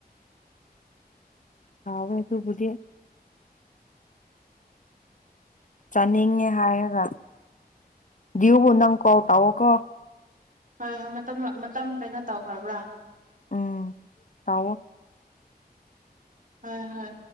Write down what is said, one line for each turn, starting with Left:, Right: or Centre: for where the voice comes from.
Left: ꯍꯥꯎꯋꯦ ꯑꯗꯨꯨꯕꯨꯗꯤ ꯆꯥꯅꯤꯡꯉꯦ ꯍꯥꯏꯔꯒ <inaudible> ꯅꯪ ꯀꯣꯜ ꯇꯥꯎꯑꯣꯀꯣ
Right: ꯍꯣꯏ ꯍꯣꯏ ꯃꯇꯝ ꯃꯇꯝ ꯀꯩꯅꯣ ꯇꯧꯈ꯭ꯔꯕ꯭ꯔꯥ
Left: ꯎꯝ <unintelligible>
Right: ꯍꯥꯏ ꯍꯥꯏ